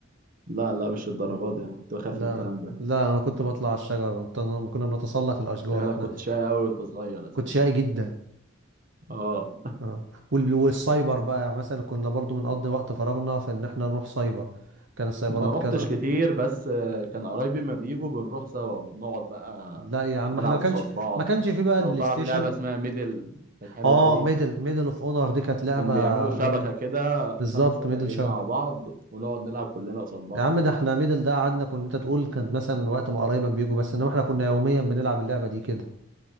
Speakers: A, on the right; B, on the right.
A: لا لا مش الدرجات دي أنا كنت بخاف
B: لا
A: من الكلام
B: لا
A: ده
B: لا انا كنت بطلع على الشجر كنا كنا بنتسلق الاشجار
A: شكلك
B: احنا
A: كنت شقي قوي وانت صغير اساسا
B: كنت شقي جدا
A: اه
B: اه وال- والسايبر بقى يعني مثلا كنا برضو بنقضي وقت فراغنا في ان احنا نروح سايبر كان السايبرات
A: ما روحتش
B: كذا
A: كتير بس آه، كان قرايبي ما بيجوا بنروح سوا ونقعد بقى
B: لا يا عم
A: نلعب
B: احنا ما كانش
A: قصاد بعض
B: ما كانش في بقى
A: لو
B: البلاي
A: تعرف
B: ستيشن
A: لعبة اسمها ميدل كانت حلوة
B: اه
A: قوي
B: ميدل ميدل اوف اونر دي كانت لعبة
A: كان بيعملوا شبكة
B: جميلة
A: كده
B: بالظبط
A: خمس ست
B: ميدل
A: أجهزة
B: شبكة
A: مع بعض ونقعد نلعب كلنا قصاد بعض
B: يا عم ده احنا ميدل ده قعدنا كنا انت تقول كان مثلا وقت ما قرايبك بيجوا بس انما احنا كنا يوميا بنلعب اللعبة دي كده